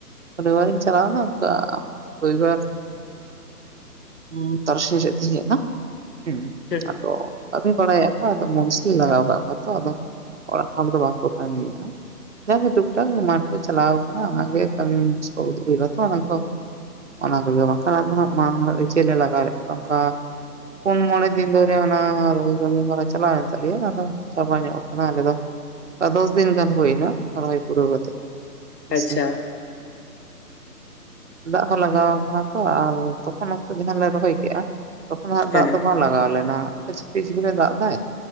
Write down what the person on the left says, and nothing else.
ᱦᱩᱸ
ᱟᱪᱪᱷᱟ
ᱦᱮᱸ